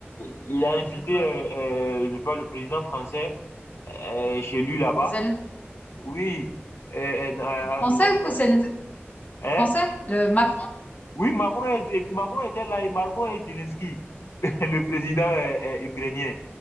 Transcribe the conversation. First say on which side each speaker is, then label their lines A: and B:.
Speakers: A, on the left; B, on the left.
A: il a
B: Elle
A: invité,
B: a fait quoi?
A: euh, euh, je parle, le président français euh, chez lui là-bas.
B: Zelen-
A: Oui, euh, euh, à la
B: Français
A: Maison Blanche.
B: ou Zelen-
A: Hein?
B: Français? Le Macron?
A: Oui, Macron, est- Macron était là et Macron et Zelensky, <laughs> le président euh, euh, ukrainien.